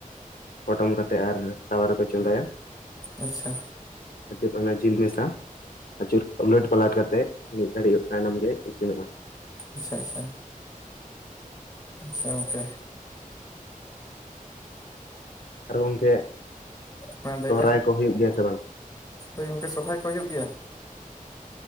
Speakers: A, on the left (about 85°); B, on the left (about 25°).
A: ᱯᱚᱴᱚᱢ ᱠᱟᱛᱮ ᱟᱨ ᱛᱟᱣᱟᱨᱮ ᱠᱚ ᱪᱚᱫᱟᱭᱟ᱾
B: ᱟᱪᱪᱷᱟ
A: ᱟᱹᱪᱩᱨ ᱚᱱᱟ ᱡᱤᱞ ᱢᱮᱥᱟ ᱟᱹᱪᱩᱨ ᱩᱞᱟᱹᱴ ᱯᱟᱞᱟᱴ ᱠᱟᱛᱮᱜ ᱢᱤᱫ ᱜᱷᱟᱲᱤ ᱚ ᱛᱟᱭᱱᱚᱢ ᱜᱮ ᱤᱥᱤᱱᱚᱜᱼᱟ᱾
B: ᱟᱪᱪᱷᱟ ᱟᱪᱪᱷᱟ᱾ ᱟᱪᱪᱷᱟ ᱜᱚᱝᱠᱮ
A: ᱟᱨ ᱜᱚᱢᱠᱮ
B: ᱢᱟ ᱞᱟᱹᱭ
A: ᱥᱚᱦᱨᱟᱭ
B: ᱵᱮᱱ
A: ᱠᱚ ᱦᱩᱭᱩᱜ ᱜᱮᱭᱟ ᱥᱮ ᱵᱟᱝ?
B: ᱦᱳᱭ ᱜᱚᱝᱠᱮ ᱥᱚᱦᱨᱟᱭ ᱠᱚ ᱦᱩᱭᱩᱜ ᱜᱮᱭᱟ᱾